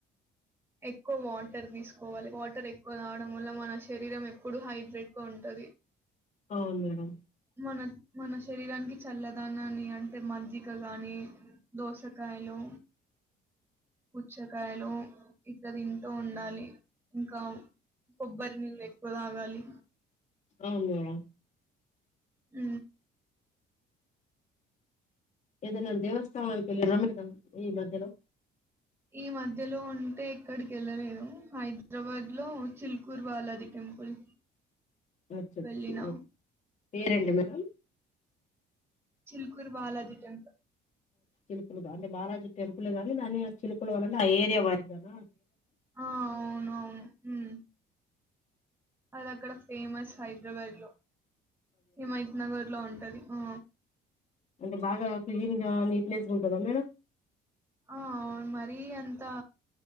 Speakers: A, on the right; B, on the left.
A: ఎక్కువ వాటర్ తీసుకోవాలి వాటర్ ఎక్కువ తాగడం వల్ల మన శరీరం ఎప్పుడు హైడ్రేట్గా ఉంటది
B: అవును మేడం
A: మనం మన శరీరానికి చల్లదనాన్ని అంటే మజ్జిగ కాని దోసకాయలు, పుచ్చకాయలు ఇట్ల తింటూ ఉండాలి. ఇంకా కొబ్బరి నీళ్ళు ఎక్కువ తాగాలి.
B: అవును మేడం
A: ఊ
B: ఏదైనా దేవస్థానానికి వెళ్లిర మేడం ఈ మధ్యలో
A: ఈ మధ్యలో అంటే ఎక్కడికి వెళ్ళలేదు హైదరాబాద్ లో చిల్కూర్ బాలాజి టెంపుల్
B: అచ్చచ్చ
A: వెళ్ళినా
B: పేరెంటి మేడం
A: చిల్కూర్ బాలాజీ టెంపుల్
B: చిలుకులుగా అంటే బాలాజీ టెంపుల్ గాని దాన్ని ఆ చిలుకుల వలనే ఆ ఏరియా వయి కదా
A: ఆ అవును అవును మ్ అది అక్కడ ఫేమస్ హైదరాబాద్ లో హిమైత్ నగర్ లో ఉంటది ఆ
B: అంటే బాగా క్లీన్ గా నీట్నెస్గా ఉంటుందా మేడం
A: ఆ అవును మరీ అంతా